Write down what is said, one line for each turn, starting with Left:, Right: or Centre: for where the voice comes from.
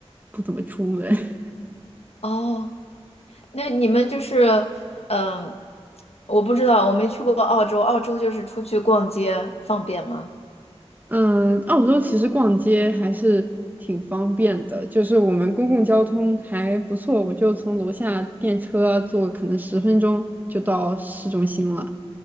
Right: 不怎么出门。<laughs>
Left: 哦，那你们就是，嗯、我不知道，我没去过澳洲，澳洲就是出去逛街方便吗？
Right: 嗯，澳洲其实逛街还是挺方便的，就是我们公共交通还不错，我就从楼下电车坐可能十分钟就到市中心了，